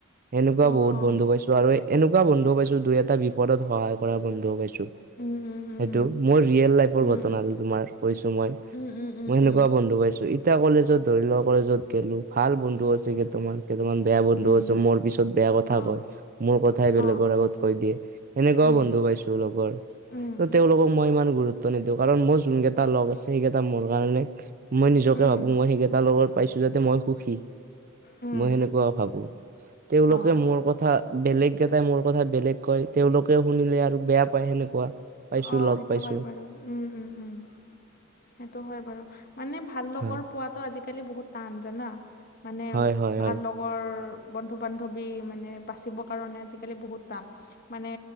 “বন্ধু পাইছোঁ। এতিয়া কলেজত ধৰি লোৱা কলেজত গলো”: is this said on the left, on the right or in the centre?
Right